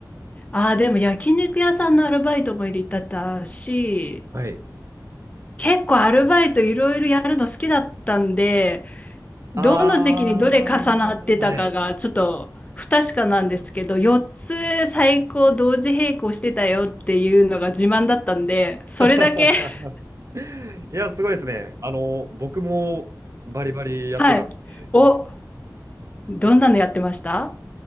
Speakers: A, on the left; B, on the right.
A: ああ、でも焼肉屋さんのアルバイトも入れてたし、
B: はい。
A: 結構アルバイトいろいろやるの好きだったんで、どの時期にどれ重なってたかがちょっと不確かなんですけど、
B: ああ、はい。
A: 4つ最高同時並行してたよっていうのが自慢だったんで、それだけ
B: <laughs>
A: <laughs>
B: いや、すごいですね。あの、僕もバリバリやってたんで、
A: はい。お、どんなのやってました